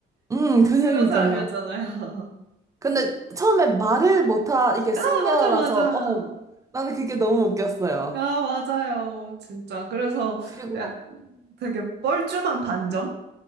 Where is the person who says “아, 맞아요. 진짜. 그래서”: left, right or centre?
Right